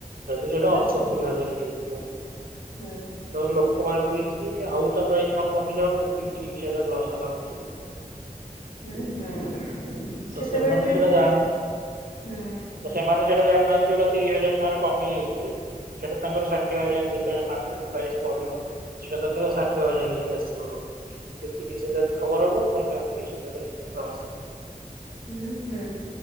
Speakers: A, on the right; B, on the left.
A: ଯଦି ସେଇଟା
B: ହୁଁ
A: ଆଠ ସତୁରି ହଜରେ ହେଇଥିବ।
B: ହୁଁ।
A: ତୋ ଲୋକ ଭାବିକି ହେଇଛି ଆଉ ତା ପ୍ରାଇସ ନା କମିଯାଉ ଏତିକି ତିରିଶ ହଜାର ଲସ୍ ହେଲେ ହବ କେମିତି।
B: ହୁଁ ହୁଁ ସେତେବେଳେ
A: ତ ସେମାନେ
B: ବି
A: ସେଇଟା ଜାଣି
B: ହୁଁ।
A: ତ ସେମାନେ ସେଇଟା ଜାଣିନାହାନ୍ତି ଯୋଉଟା ତିରିଶ ହଜାର ଟଙ୍କା କମଯାଇଛି ସେଟା ତାଙ୍କର ସାଠି କିଏ ବା ଜାଣିଛି ମାର୍କେଟ ପ୍ରାଇସ୍ ବଢିବ ସେଇଟା ତାଙ୍କର ଷାଠିଏ ହଜାର ହେକି ଆସିବ ବଢ଼ିକି। ସେ ତିରିଶ ହଜାର ରିକୋଭୋର ହବ ପୁଣି ଆଉ ତିରିଶ ହଜାର ଆସିବ।
B: ହୁଁ ହୁଁ।